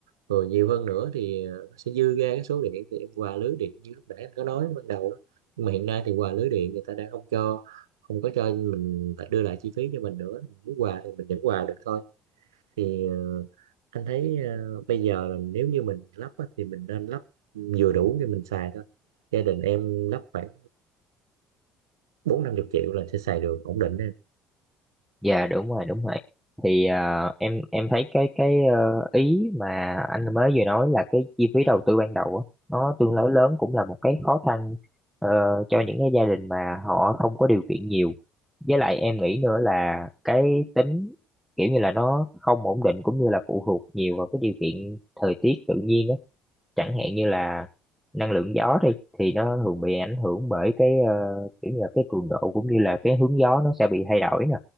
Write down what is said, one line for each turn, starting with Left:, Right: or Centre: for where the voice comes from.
Right: rồi nhiều hơn nữa thì ờ, nó sẽ dư ra cái số điện thì em quà lưới điện như lúc nãy anh có nói ban đầu đó nhưng mà hiện nay thì quà lưới điện người ta đã không cho không có cho mình phải đưa lại chi phí cho mình nữa mình muốn quà thì mình vẫn quà được thôi thì ờ, anh thấy ờ, bây giờ là nếu như mình lắp á, thì mình nên lắp vừa đủ cho mình xài thôi gia đình em lắp khoảng bốn năm chục triệu là sẽ xài được ổn định đấy
Centre: dạ đúng rồi đúng rồi thì ờ, em em thấy cái cái ờ, ý mà anh mới vừa nói là cái chi phí đầu tư ban đầu á nó tương đối lớn cũng là một cái khó khăn ờ, cho những cái gia đình mà họ không có điều kiện nhiều với lại em nghĩ nữa là cái tính kiểu như là nó không ổn định cũng như là phụ thuộc nhiều vào cái điều kiện thời tiết tự nhiên á chẳng hạn như là năng lượng gió đi thì nó thường bị ảnh hưởng bởi cái ờ, kiểu như là cái cường độ cũng như là cái hướng gió nó sẽ bị thay đổi nè